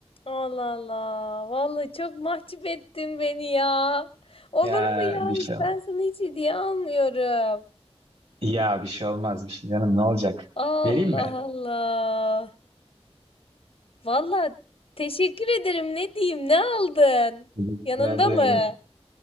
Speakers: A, on the left; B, on the right.
A: Allah Allah. Vallahi çok mahcup ettin beni ya. Olur
B: Ya
A: mu ya?
B: bir
A: Hiç
B: şey.
A: ben sana hiç hediye almıyorum.
B: Ya bir şey olmaz bir şey canım ne olacak?
A: Allah
B: Vereyim mi?
A: Allah. Vallahi teşekkür ederim. Ne diyeyim? Ne aldın?
B: Dedim,
A: Yanında
B: Ya dedim,
A: mı?